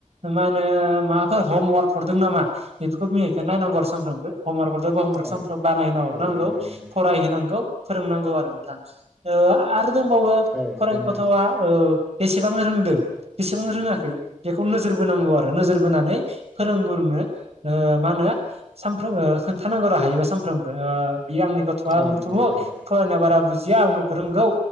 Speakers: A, on the right (about 50°); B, in the centre.
A: मा होनो माबाफोर हमवार्क हरदों नामा बेफोरखौ बिमा बिफाया नायनांगौ आरो सानफ्रोमबो हमवारक हरदोबा
B: औ
A: बानायना हरनांगौ
B: औ नंगौ
A: <unintelligible>
B: नोंथां
A: फाय होनांगौ फोरोंनांगौ आरो नोंथां आरो दंबावो
B: औ नंगौ
A: फरायफ
B: नोंथां
A: गथ'वा। ओ बेसेबां रोंदों? बेसेबां रोङाखै बेखौ नोजोर बोनांगौ आरो नोजोर बोनानै फोरोंगुरनो ओ मा होनो सानफ्रोमबो खोन्थानांगौ र हायोबा सानफ्रामबो ओ बे आंनि गथ'आ
B: औ
A: उमुख
B: नंगौ
A: थमुख
B: नोंथां
A: फोरनो बारा बुजिया आं मुख रोंगौ।